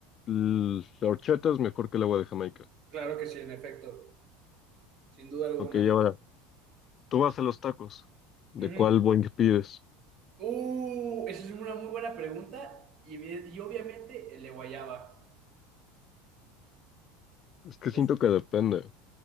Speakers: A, on the left; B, on the right.
A: l- la horchata es mejor que el agua de Jamaica.
B: claro que sí, en efecto, sin duda alguna.
A: Ok, y ahora, tú vas a los tacos, ¿de
B: Ujú.
A: cuál boing pides?
B: Uh, esa es una muy buena pregunta y, bien- y obviamente el de guayaba.
A: Es que
B: Es-
A: siento que depende.